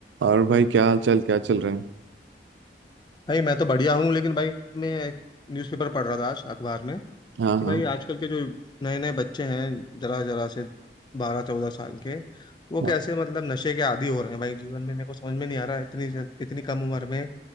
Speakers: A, on the right; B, on the left.
A: और भाई क्या हाल चाल क्या चल रहे हैं
B: भाई मैं तो बढ़िया हूँ लेकिन भाई मैं एक न्यूज़पेपर पढ़ रहा था आज अखबार में
A: हाँ
B: कि
A: हाँ
B: भाई आजकल के जो नए नए बच्चे हैं जरा जरा से बारह चौदह साल के वो कैसे
A: हाँ।
B: मतलब नशे के आदी हो रहे हैं भाई जीवन में मेरे को समझ में नहीं आ रहा है इतनी जन- इतनी कम उम्र में